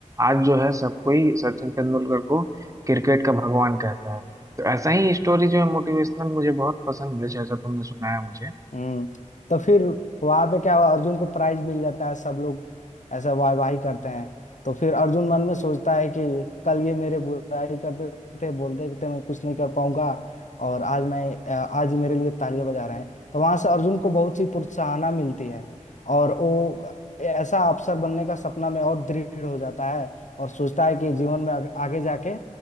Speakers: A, on the right; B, on the left.
A: आज जो है सब कोई सचिन तेंदुलकर को क्रिकेट का भगवान कहता है तो ऐसा ही स्टोरी जो है मोटिवेशनल मुझे बहुत पसंद है जैसा तुमने सुनाया मुझे
B: हम्म तो फिर वहां पे क्या हुआ अर्जुन को प्राइज मिल जाता है सब लोग ऐसा वाह वाही करते हैं तो फिर अर्जुन मन में सोचता है कि कल ये मेरे बुराई करते थे बोलते थे मैं कुछ नहीं कर पाऊंगा और आज मैं अ, आज ये मेरे लिए तालियां बजा रहे हैं तो वहां से अर्जुन को बहुत सी प्रोत्साहना मिलती है और वो ऐसा अफसर बनने का सपना में और दृढ़ हो जाता है और सोचता है कि जीवन में आगे आगे जाके